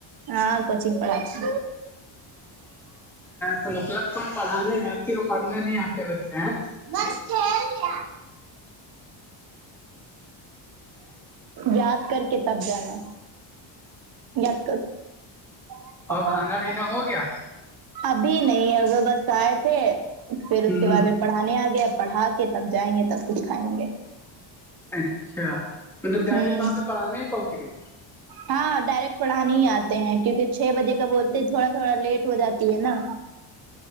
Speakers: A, on the right; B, in the centre.
A: ہاں کوچنگ پڑھتی
B: تو مطلب تم پڑھانے جاتتی ہو پڑھنے نہیں آتے بچے ہیں
A: بس کل دیا یاد کر کے تب جانا یاد کر
B: اور کھانا پینا ہو گیا
A: ابھی نہیں اگر بس آئے تھے پھر اس
B: ہ
A: کے بعد ا پڑھانے آ گیا پڑھا کے تب جائیں گے تب کچھ کھائیں گے
B: اچھا مطلب ڈائریکٹ
A: ہوں
B: وہاں پہ پڑھانا ہی پہنچ گئے
A: ہاں ڈائریکٹ پڑھانے ہی آتے ہیں کیونکہ چھ بجے کا بولتے تھوڑا تھوڑا لیٹ ہو جاتی ہے نا